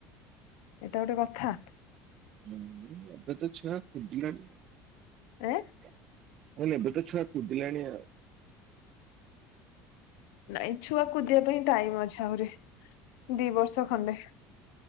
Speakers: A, on the left; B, on the right.
A: ଏଟା ଗୋଟେ କଥା।
B: ହୁଁ ଏବେ ତ ଛୁଆ କୁଦିଲାଣି ଆଉ।
A: ଏ
B: ମୁଁ କହିଲି ଏବେ ତ ଛୁଆ କୁଦିଲାନି ଆଉ।
A: ନାଇଁ ଛୁଆ କୁଦିବା ପାଇଁ ଟାଇମ୍ ଅଛି ଆହୁରି ଦି ବର୍ଷ ଖଣ୍ଡେ